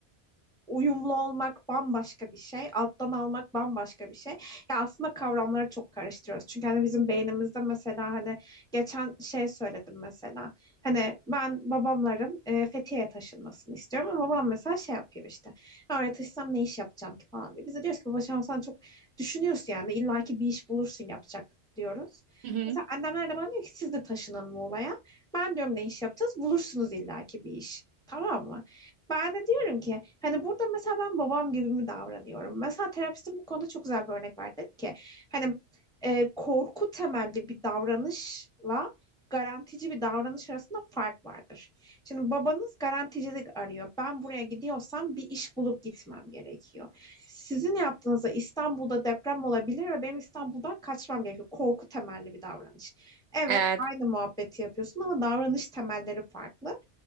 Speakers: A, in the centre; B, on the right.
A: uyumlu olmak bambaşka bir şey, alttan almak bambaşka bir şey. Ya aslında kavramları çok karıştırıyoruz. Çünkü hani bizim beynimizde mesela hani geçen şey söyledim mesela. Hani ben babamların e, Fethiye'ye taşınmasını istiyorum ama babam mesela şey yapıyor işte. "Ya Oraya taşısam ne iş yapacağım ki falan diyor. Biz de diyoruz ki babacığım sen çok düşünüyorsun yani illaki bir iş bulursun yapacak diyoruz.
B: Hı hı.
A: Mesela annemler de bana diyor ki siz de taşının Muğla'ya. Ben diyorum ne iş yapacağız? Bulursunuz illaki bir iş. Tamam mı? Ben de diyorum ki hani burada mesela ben babam gibi mi davranıyorum? Mesela terapistim bu konuda çok güzel bir örnek verdi Dedi ki hani e, korku temelli bir davranışla garantici bir davranış arasında fark vardır. Şimdi babanız garanticilik arıyor. Ben buraya gidiyorsam bir iş bulup gitmem gerekiyor. Sizin yaptığınızda İstanbul'da deprem olabilir ve benim İstanbul'dan kaçmam gerekiyor. Korku temelli bir davranış. Evet,
B: Evet.
A: aynı muhabbeti yapıyorsun ama davranış temelleri farklı.